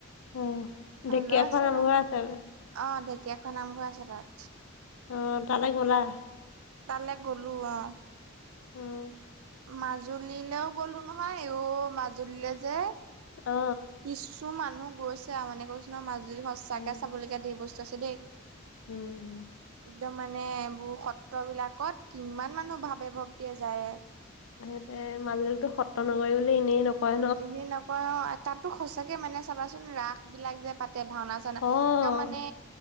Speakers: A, on the left; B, on the right.
A: উম ঢেকীয়াখোৱা
B: হ'লেও আছে
A: নাম
B: বাৰু।
A: ঘৰ আছে।
B: অ ঢেঁকীয়াখোৱা নামঘৰ আছে তাত।
A: অ তালে গ'লা?
B: তালে গ'লো অ।
A: উম।
B: মাজুলীলৈও গ'লো নহয় ইও মাজুলীলে যে
A: অ।
B: কিছু মানুহ গৈছে মানে কৈছো ন মাজুলী সচাকে
A: উম,
B: চাবলগীয়া ধেৰ বস্তু আছে দেই।
A: উম।
B: একদম মানে এইবোৰ সত্ৰ বিলাকত কিমান মানুহ ভাবে ভক্তিয়ে যায়।
A: তেনেতে মাজুলীতো সত্ৰ নগৰী বুলি এনেই নকয় ন-
B: এনে নকয় অ তাতো সঁচাকে মানে চাবাচোন ৰাসবিলাক যে পাতে ভাওনা চনা
A: অ',
B: একদম মানে